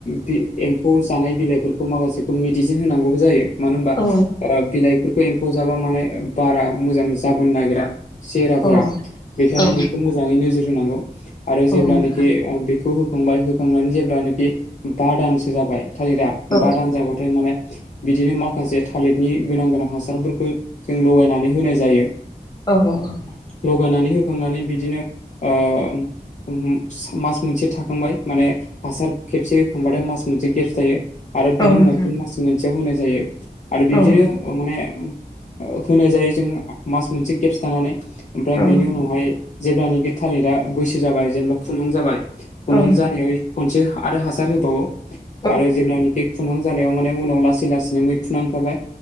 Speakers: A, on the left (about 50°); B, on the left (about 25°).
A: बि एम्फौ जानाय बिलाइफोरखौ माखासेखौ मेडिसिन होनांगौ जायो। मानो होनबा
B: औ
A: ओ बिलाइफोरखौ एम्फौ जाबा माने बारा मोजां जाबोनो नागिरा। सेहेराफोरा
B: औ
A: बेखायनो
B: औ
A: बेखौ मोजाङै नोजोर होनांगौ आरो
B: नोंथां
A: जेब्लानोखि ओ बे खौ होखांबाय होखांनानै जेब्लानोखि बा दानसो जाबाय थालिरा
B: औ
A: बा दान जाबाथाय माने बिदिनो माखासे थालिरनि गोनां-गोनां हासारफोरखौ जों लगायनानै होनाय जायो।
B: औ-औ।
A: लगायनानै होखांनानै बिदिनो ओ <unintelligible> मास मोनसे थाखांबाय माने हासार खेबसे होखांबाथाय मास मोनसे गेबस थायो। आरो बिनि
B: औ नोंथां
A: उनाव फिन मास मोनसेयाव होनाय जायो। आरो बिबदिनो
B: औ नोंथां औ औ नोंथां
A: अ माने ओ होनाय जायो जों मास मोनसे गेबस थानानै ओमफ्राय
B: उम औ
A: बिनि उनावहाय जेब्लानाखि थालिरा बैसो जाबाय जेनेबा खुन्दुं जाबाय खुन्दुं
B: औ नोंथां
A: जानायाव खनसे आरो हासार होबावो
B: औ
A: आरो जेब्लानोखि खुुनुं जानायाव माने उनाव लासै लासैनो मैखुना ओंखारबाय